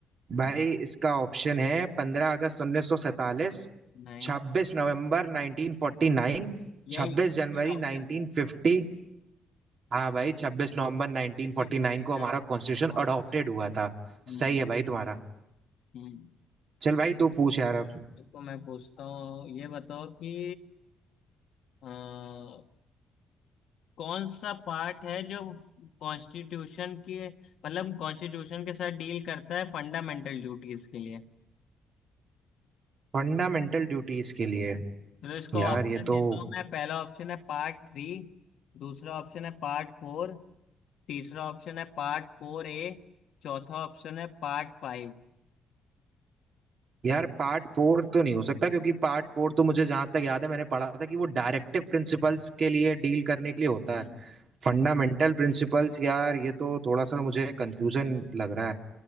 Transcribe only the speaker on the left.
नहीं
यही
सेकेंड
ऑप्शन
है
1949
ऑप्शन
हम्म
हम्म
देखो मैं पूछता हूँ ये बताओ कि अ, कौन सा पार्ट है जो कॉन्स्टिट्यूशन के मतलब कॉन्स्टिट्यूशन के साथ डील करता है फंडामेंटल ड्यूटीज के लिए
तो इसको
ऑप्शन
देता
हूँ मैं पहला ऑप्शन है पार्ट थ्री दूसरा ऑप्शन है पार्ट फोर तीसरा ऑप्शन है पार्ट फोर ए चौथा ऑप्शन है पार्ट फाइव
हम्म